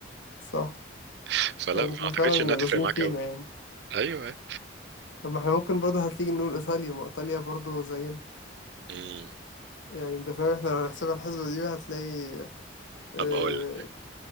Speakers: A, on the left; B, on the right.
A: صح
B: <laughs> فلا
A: هم
B: ما اعتقدش
A: فعلا
B: انها تفرق
A: لازقين
B: معاك
A: فينا
B: قوي
A: يعني
B: ايوه ايوه
A: طب ما احنا ممكن برضه هتيجي نقول ايطاليا ما ايطاليا برضه زينا
B: مم.
A: يعني انت فاهم احنا لو هنحسبها الحسبة دي هتلاقي اه,
B: طب هقول